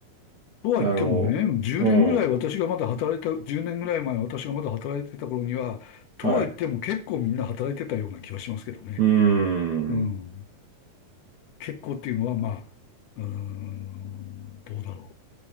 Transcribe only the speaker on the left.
とは言ってもね、
10年ぐらい私がまだ働いた、
10年ぐらい前私がまだ働いてた頃には、とは言っても結構みんな働いてたような気はしますけどね。
うん。結構っていうのは、まあ、うーん、どうだろ